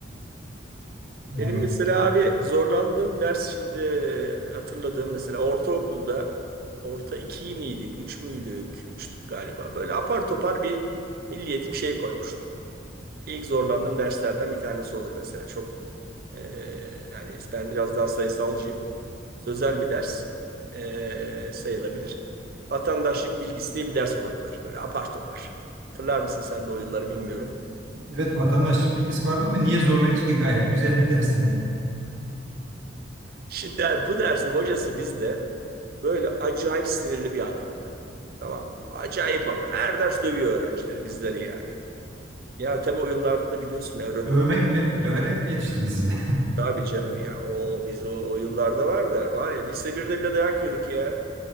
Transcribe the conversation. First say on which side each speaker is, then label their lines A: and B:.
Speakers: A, on the right; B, on the right.
A: Yani
B: Benim mesela abi zorlandığım ders şimdi hatırladığım mesela ortaokulda orta iki miydik, üç müydük, üçtük galiba. Böyle apar topar bir milliyetim şey koymuştu. İlk zorlandığım derslerden bir tanesi olur mesela. Çok e, yani ben biraz daha sayısalcıyım. Sözel bir ders e, sayılabilir. Vatandaşlık bilgisi diye bir ders koydular. Böyle apar topar. Hatırlar mısın sen de o yılları bilmiyorum.
A: evet vatandaşlık bilgisi vardı ama niye zorlayıcı ki? Gayet güzel bir ders yani.
B: Şimdi bu dersin hocası bizde böyle acayip sinirli bir adamdı. Tamam mı? Acayip ama. Her ders dövüyor öğrencileri, bizleri yani. Ya tabii o yıllarda da biliyorsun ya öğret-
A: Dövmek mi, döverek mi yetiştirdi sizi? <laughs>
B: Tabii canım ya. O biz o, o yıllarda var da var ya lise 1'de bile dayak yiyorduk ya.